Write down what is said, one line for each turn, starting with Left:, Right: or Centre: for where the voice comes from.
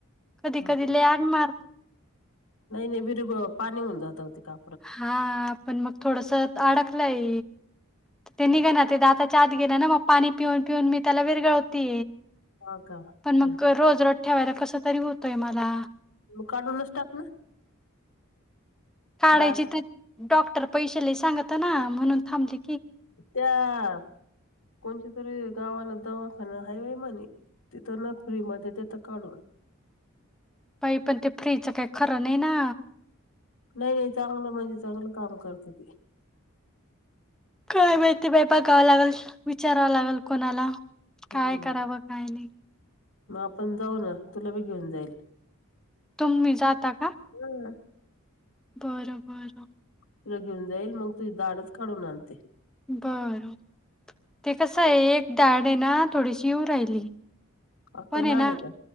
Centre: कधी
Left: हं.
Centre: कधी ल आग मारत
Left: नाही नाही बिर पाणी होऊन जात होते का
Centre: हा पण मग थोडस अडकलंय ते
Left: नाही
Centre: निघ ना ते आताच्या गेला ना मग पाणी पिऊन पिऊन मी त्याला विरगळवते
Left: हा का हं.
Centre: पण मग रोज रज ठेवायला कस तरी होतोय मला
Left: मग काढूनच टाक ना
Centre: काढायची
Left: डाळ
Centre: तर डॉक्टर पैसे ल सांगत ना म्हणून थांबली
Left: त्या कोणच्या तरी गावाला दवा पण हा वई म्हणे तिथं न फ्री मध्ये देत काढून
Centre: बाई पण ते फ्रीचं काही खरं नाही ना
Left: नाही नाही चांगलं म्हणजे चांगलं काम करत ते
Centre: काय माती बाेपा गावं लागेल विचारावा लागेल कोणाला काय
Left: हम्म.
Centre: करावं काय नाही
Left: मग आपण जाऊ ना तुला बी घेऊन जाईल
Centre: तुम्ही जाता का
Left: हं.
Centre: बरं बरं
Left: तुला घेऊन जाईल मग तुझ दाडच काढवून आणते
Centre: बर ते कस आहे एक डाड आहे ना थोडीशीऊ राहिली
Left: अक्कल
Centre: पण आहे
Left: दाढ
Centre: ना
Left: का